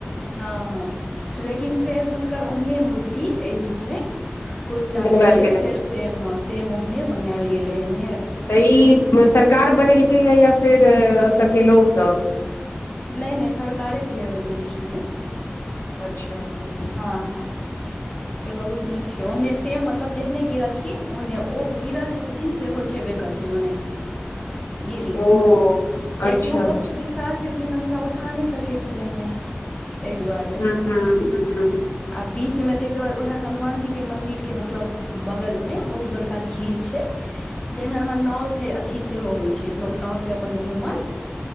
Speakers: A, on the left (about 20°); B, on the left (about 85°).
A: हँ हँ लेकिन फेर हुनकर ओहने मूर्ति एहि बीचमे कुछ साल
B: बनवायल
A: पहिले
B: गेलै
A: फेर सेम ह सेम ओहने बनायल गेले हेन
B: तऽ ई सरकार बनेलकै यए या फेर एतय के लोगसभ
A: नै नै सरकारे बुझाइ बनबेलखिन हे
B: अच्छा हम्म।
A: हँ हँ से बहुत नीक छै ओहने सेम मतलब जेहने गिरलखिन ओहने ओ गिरल जे छथिन सेहो छेबे करथिै ओनैते गिरले
B: ओ
A: क्याकि
B: अच्छा
A: ओ
B: अच्छा
A: बहुत बिस साल छलखिन तऽ हुनका उठा नहि सकै छलनि य ताहि दुआरे आ
B: हुं हुं हुं
A: बीच मे ताहिके बाद उएह हनुमान जी के मंदिर के मतलब बगल में बहुत बड़ झील छै जाहिमे अहाँ नौ से अथी सेहो होइ छै लोक नाव से अपन घूमल